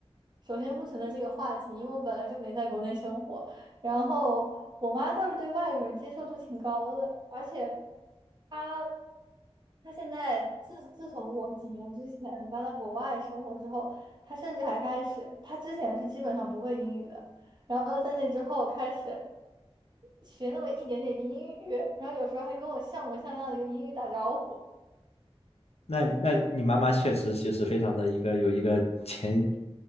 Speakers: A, on the right (about 45°); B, on the left (about 75°).
A: 首先不存在这个话题，因为我本来就没在国内生活。然后我妈倒是对外国人接受度挺高的，而且她她现在自自从我几年之前搬到国外生活之后，她甚至还开始，她之前是基本上不会英语的，然后在那之后开始学那么一点点英语，然后有时候还跟我像模像样的用英语打招呼。
B: 那那你妈妈确实其实非常的一个有一个前